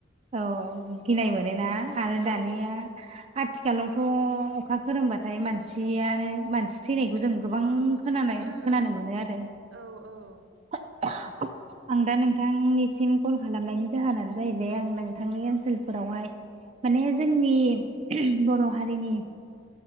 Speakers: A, on the right; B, on the right.
A: औ गिनाय मोनोना आरो दानिया
B: औ गिनायनाय
A: आथ
B: मोनो
A: आथिखालावथ' अखा खोरोमबाथाय मानसियानो मानसि थैनायखौ जों गोबां खोनानाय
B: उम
A: खोनानो मोनो आरो
B: औ औ
A: <inaudible> आं दा नोंथांनिसिम कल खालामनायनि जाहोनानो जाहैबाय आं नोंथांनि ओनसोलफोरावहाय माने जोंनि बर' हारिनि